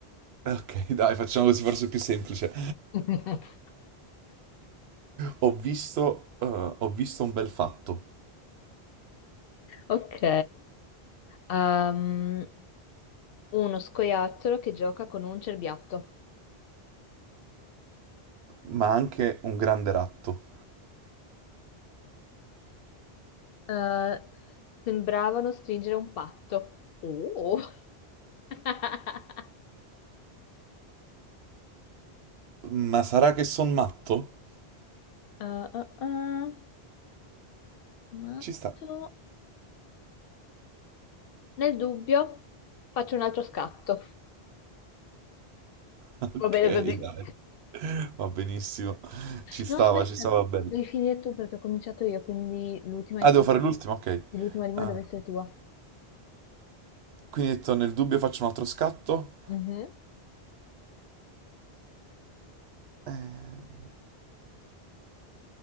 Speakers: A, on the right; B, on the left.
A: Ok, <laughs> dai, facciamo così, forse è più semplice.
B: <laughs>
A: Ho visto, eh, ho visto un bel fatto,
B: Ok. Ehm, uno scoiattolo che gioca con un cerbiatto.
A: ma anche un grande ratto.
B: Eh, sembravano stringere un patto. Uh. <laughs>
A: Ma sarà che son matto?
B: Uh, uh, uh, <laughs> matto.
A: Ci sta. <laughs>
B: Nel dubbio, faccio un altro scatto.
A: Ok,
B: Va bene così.
A: dai, va benissimo. Ci stava,
B: No, aspetta,
A: ci stava bello.
B: devi finire tu perché ho cominciato io, quindi l'ultima
A: Ah,
B: è tua.
A: devo fare l'ultimo, ok.
B: L'ultima rima
A: Eh,
B: deve essere tua.
A: quindi ho detto, nel dubbio faccio un altro scatto.
B: Mhm.
A: Ehm,